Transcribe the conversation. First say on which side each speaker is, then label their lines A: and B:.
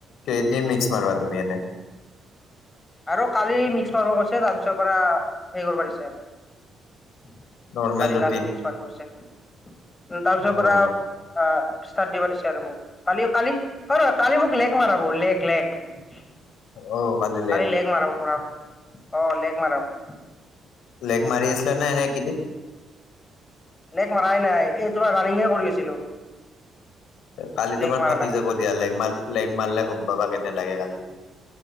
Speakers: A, on the left; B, on the left.
A: কেই দিন মিক্স মাৰি তুমি এনেই? <unintelligible>
B: আৰু কালি মিক্স মাৰিব কৈছে তাৰপিছৰ পৰা হে কৰিব পাৰিছে <unintelligible>
A: নৰ্মেল
B: কালি
A: ৰুটিন
B: লাষ্ট মিক্স মাৰিব দিছে। তাৰ পিছৰ
A: অ
B: পৰা <unintelligible> অ! ষ্টাড দিব দিছে আৰু মোক। <unintelligible> কালি-কালি কৰ কালি মোক লেক মাৰাব লেক-লেক। <unintelligible>
A: অ! পালে <inaudible>
B: কালি লেগ মৰাব পুৰা। অ লেগ মৰাব। <inaudible>
A: লেগ মাৰি আছিলা নে নাই এইকেইদিন? <inaudible>
B: লেগ মাৰাই নাই এই তোমাৰ ৰানিঙে কৰি আছিলো। <inaudible>
A: কালি
B: লেগ
A: তোমাৰ
B: মাৰা
A: ফাটি
B: নাই
A: যাব দিয়া লেগ <inaudible> লেগ মাৰিলে গম পাবা কেনে লাগে কালি।